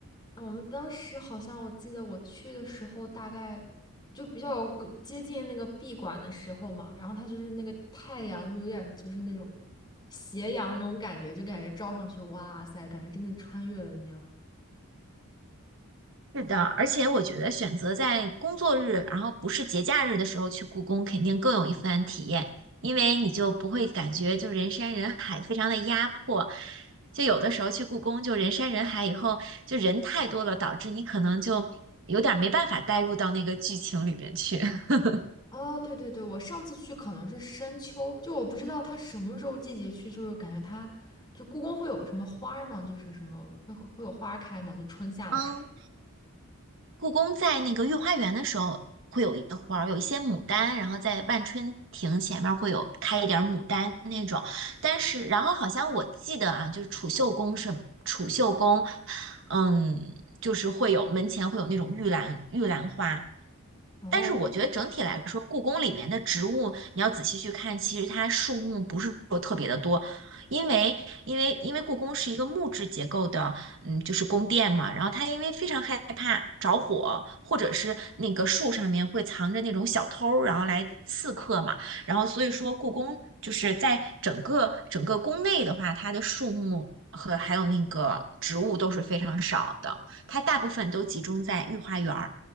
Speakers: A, on the left; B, on the right.
A: 我们当时好像我记得我去的时候，大概就比较接近那个闭馆的时候嘛，然后它就是那个太阳就有点就是那种斜阳那种感觉，就感觉照上去，哇塞，感觉真的穿越了一样。
B: 是的，而且我觉得选择在工作日，然后不是节假日的时候去故宫，肯定更有一番体验，因为你就不会感觉就人山人海，非常的压迫。就有的时候去故宫，就人山人海，以后就人太多了，导致你可能就有点儿没办法带入到那个剧情里面去。<laughs>
A: 哦，对对对，我上次去可能是深秋，就我不知道它什么时候季节去，就是感觉它就故宫会有什么花儿吗？就是什么会会有花儿开吗？就春夏的时候。
B: 嗯，故宫在那个御花园的时候会有一个花儿，有一些牡丹，然后在万春亭前面会有开一点儿牡丹那种。但是，然后好像我记得啊，就是储秀宫是储秀宫，嗯，就是会有门前会有那种玉兰玉兰花，
A: 然后
B: 但是我觉得整体来说，故宫里面的植物，你要仔细去看，其实它树木不是说特别的多，因为因为因为故宫是一个木质结构的，嗯，就是宫殿嘛。然后它因为非常害怕着火，或者是那个树上面会藏着那种小偷儿然后来刺客嘛。然后所以说，故宫就是在整个整个宫内的话，它的树木和还有那个植物都是非常少的，它大部分都集中在御花园儿。